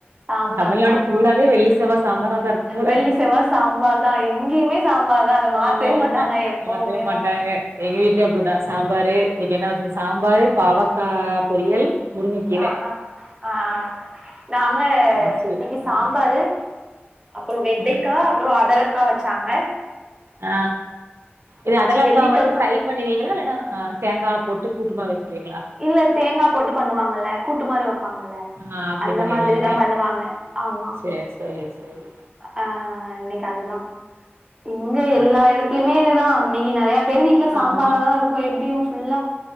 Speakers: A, on the right; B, on the right.
A: சாம்பார்
B: தமிழ்நாடு
A: ஆமா
B: ஃபுல்லாவே வெள்ளி செவ்வா சாம்பாராதா இருக்கும் போல
A: வெள்ளி செவ்வா சாம்பார் தா எங்கேயுமே சாம்பார் தா அத
B: ஆமா
A: மாத்தவே மாட்டாங்க எப்பவுமே
B: மாத்தவே மாட்டாங்க
A: வு
B: எங்க வீட்லயு அப்டிதா சாம்பாரு இன்னைக்கு என்ன வெச்சாங்க சாம்பார் பாவக்கா பொரியல் முருங்கக்கீர
A: ஆஹ் ஆஹ் ஆஹ் நாங்க
B: ம்
A: இனிகி சாம்பாரு அப்றோ வெண்டைக்கா
B: ஆ
A: அப்றோ அதலக்கா வச் சாங்க.
B: ஆ இது அதலக்கா
A: வெள்ளிக்கிழம
B: வந்து ஃப்ரை பண்ணுவீங்களா இல்லனா தேங்கா போட்டு கூட்டுமாரி வச்சுருவீங்களா
A: இ இல்ல தேங்கா போட்டு பண்ணுவாங்கல்ல கூட்டு மாரி வெப்பாங்கல்ல.
B: ஆ அப்டி
A: அந்த
B: பண்ணிருவீங்க
A: மாதிரிதா பண்ணுவாங்க ஆமா.
B: சேர் சேரி சேரி
A: அ இன்னிக் அதுதா இங்க
B: ஆ
A: எல்லா எடத்துலிமே இதுதா. இன்னிக்கி நறையா பேர் வீட்ல சாம்பாராதா
B: ஆமா
A: இருக்கு எப்டியு ஃபுல்லா